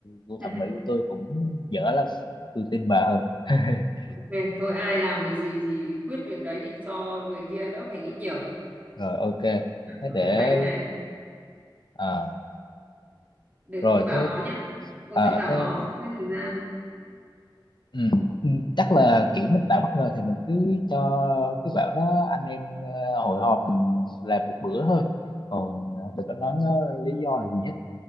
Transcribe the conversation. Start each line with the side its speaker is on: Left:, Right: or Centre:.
Left: gu
Right: <laughs>
Left: thẩm mỹ của tôi cũng dở lắm tôi tin bà hơn <laughs>
Right: ok tôi ai làm việc gì thì quyết việc đấy đi cho người kia đỡ phải nghĩ nhiều
Left: rồi ok thế
Right: đặt
Left: để
Right: bánh này
Left: à
Right: để
Left: rồi
Right: tôi bảo
Left: thế
Right: nó nhé tôi
Left: à
Right: sẽ bảo
Left: thế
Right: nó sắp xếp thời gian
Left: ừ, ừ, chắc là kiểu mình tạo bất ngờ thì mình cứ cho cái bảo nó anh em ờ, hội họp ừ, làm một bữa thôi còn ờ, đừng có nói nó lý do là gì hết